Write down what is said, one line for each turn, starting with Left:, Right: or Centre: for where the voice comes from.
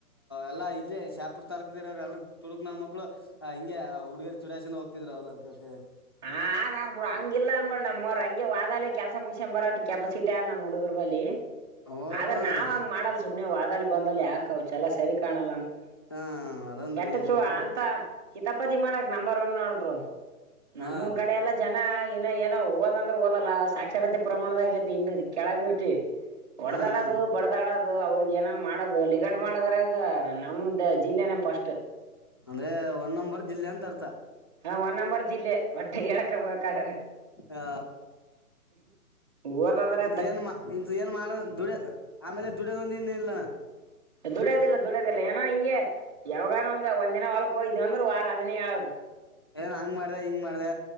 Left: ಎಲ್ಲಾ ಇಲ್ಲೇ ಶಾಪ ತಲ್ಕ ಅವ್ರ ಎಲ್ರು ತುಡುಕ್ ನನ್ನ ಮಕ್ಕಳು ಹಿಂಗ ಆ ಹಡುಗಿರು ಚುಡ ಚಂದ ಹೋಗ್ತಿದ್ ಅವ್ ಅದ
Right: ಹ ಆರ್ಬಿಡು ಹಂಗಿಲ್ಲಾ ಅನ್ಬಿಡ್ ನಮಮ್ಮವ್ರ ಹಂಗೆ ವಾದೆ ಕೆಲ್ಸ ಮುಗ್ ಬರತ್ತತ್ ಕೆಪಾಸಿಟ ಆ ನಮ್ಮ ಹುಡುಗರು ಬಲ್ಲಿ
Left: ಓ
Right: ಆದ್ರೆ
Left: ಹಾಂ
Right: ನಾವ ಹಂಗ ಮಾಡಲ್ ಸುಮ್ನೆ ವಾದಲ್ಲಿ ಬಂದಲ್ ಯಾಕ ಅವ ಚೆಲ ಸರಿ ಕಾಣಲ್ಲಂತ
Left: ಹಾಂ ಅದೊಂದು
Right: ಕೆಟ್ಟಚ್ಚು
Left: ರಿಯಲ್ ಬಿಡು
Right: ಅಂತ ಕಿತಪತಿ ಮಾಡಕ್ ನಂಬರ್ ಒನ್ ನೋಡಬರು
Left: ಹಾಂ
Right: ನಮ್ಮ್ ಕಡೆ ಎಲ್ಲ ಜ ಇನ ಇನ್ನ ಏನೋ ಓದ ಅಂದ್ರೆ ಓದಲ್ಲ ಸಾಕ್ಷರತೆ ಪ್ರಮಾಣದಾಗತಿ ಇನ್ನು ಕೆಳದ ಇರ್ತಿ ಹೊಡದಾಡದು
Left: ಹಾಂ ಹಾಂ
Right: ಬಡದಾಡೋದು ಅವ್ರಗ್ ಏನನ್ ಮಾಡೋದು ಲಗಡ್ ಮಾಡದ್ರ ಈಗ ನಮ್ದ ಜಿಲ್ಲೆನ ಪಸ್ಟ್
Left: ಅಂದರೆ ಒನ್ ನಂಬರ್ ಜಿಲ್ಲೆ ಅಂತ ಅರ್ಥ
Right: ಹಾ ಒನ್ ನಂಬರ್ ಲ್ಲೆ ಹೊಟ್ಟೆ ಹೇಳ್ಕೊಬೇಕಾದ್ರೆ
Left: ಆ,
Right: ಊದದ್ರ
Left: ಏನ್ ಇ ಏನ್ ಮಾಡ ದುಡ ಆಮೇಲೆ ದುಡ್ಯದ ಒಂದ ಇನ್ ಇಲ್ಲ
Right: ದುಡದ ಇಲ್ಲ ದುಡದ ಇಲ್ಲ ಏನಾ ಇಂಗ ಯಾವಾಗಾನ ಒಂದ ಒಂದ್ನ ಹೊಲ್ಕ್ಕ ಹಯ್ವ ಅಂದ್ರ ವಾರ ಅದನೇ ಹೇಳದು
Left: ಏನ್ ಹಂಗ್ ಮಾಡ್ದ ಹಿಂಗ್ ಮಾಡ್ದ